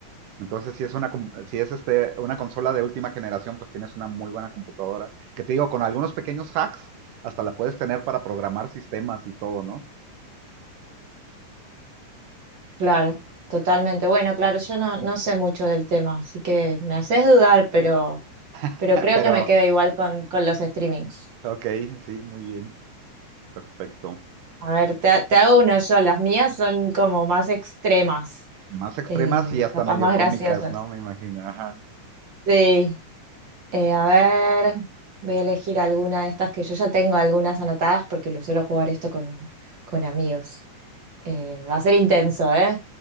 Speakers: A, on the right; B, on the right.
A: Entonces, si es una, com- si es este, una consola de última generación, pues tienes una muy buena computadora, que te digo, con algunos pequeños hacks, hasta la puedes tener para programar sistemas y todo, ¿no?
B: Claro, totalmente. Bueno, claro, yo no, no sé mucho del tema, así que me haces dudar, pero,
A: <laughs>
B: pero creo
A: Pero,
B: que me quedo igual con, con los streamings.
A: ok, sí, muy bien. Perfecto.
B: A ver, te, ha- te hago uno yo, las mías son como más extremas,
A: Más extremas
B: eh,
A: y hasta
B: capaz
A: medio
B: más graciosas.
A: cómicas, ¿no? Me imagino. Ajá.
B: Sí, eh, a ver, voy a elegir alguna de estas que yo ya tengo algunas anotadas porque lo suelo jugar esto con, con amigos. Eh, va a ser intenso, ¿eh?